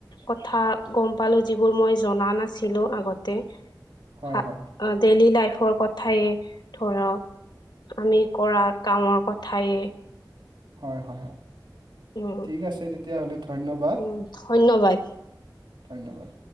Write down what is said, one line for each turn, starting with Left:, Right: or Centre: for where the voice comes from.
Left: কথা গম পালোঁ। যিবোৰ মই জনা নাছিলোঁ আগতে।
Right: হয়
Left: সা,
Right: হয়
Left: অ, ডেইলী লাইফ ফৰ কথায়ে ধৰক, আমি কৰা কামৰ কথায়ে
Right: হয়, হয়।
Left: উম,
Right: ঠিক আছে, তেতিয়াহ'লে। ধন্যবাদ
Left: উম, ধন্যবাদ।
Right: ধন্যবাদ।